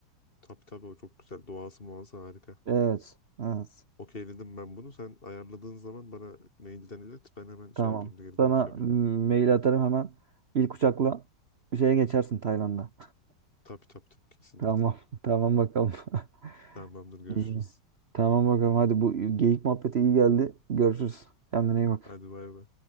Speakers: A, on the left; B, on the right.
A: Tabii tabii o çok güzel. Doğası muazzam harika.
B: Evet. Evet.
A: Okeyledim ben bunu. Sen ayarladığın zaman bana mailden ilet. Ben hemen şey
B: Tamam.
A: yapayım da geri
B: Sana
A: dönüş yapayım.
B: m- mail atarım hemen. İlk uçakla bir şeye geçersin Tayland'a.
A: Tabii tabii tabii kesinlikle.
B: <laughs> Tamam. Tamam bakalım. <laughs>
A: Tamamdır görüşürüz.
B: İyi. Tamam bakalım. Hadi bu geyik muhabbeti iyi geldi. Görüşürüz. Kendine iyi bak.
A: Hadi bay bay.